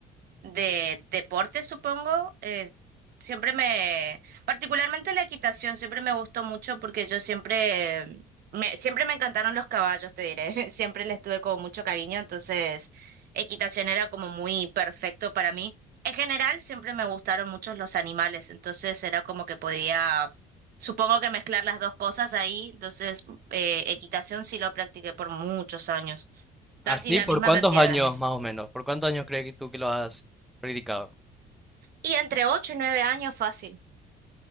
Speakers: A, on the right; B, in the centre.
A: de deporte, supongo, eh, siempre me, particularmente la equitación, siempre me gustó mucho porque yo siempre, me, siempre me encantaron los caballos, te diré, <laughs> siempre les tuve como mucho cariño, entonces equitación era como muy perfecto para mí. En general, siempre me gustaron mucho los animales, entonces era como que podía, supongo que mezclar las dos cosas ahí, entonces eh, equitación sí lo practiqué por muchos años, casi
B: ¿Así?
A: la
B: ¿Por
A: misma
B: cuántos
A: cantidad
B: años
A: de años.
B: más o menos? ¿Por cuántos años crees que tú que lo has practicado?
A: Y entre 8 y 9 años fácil.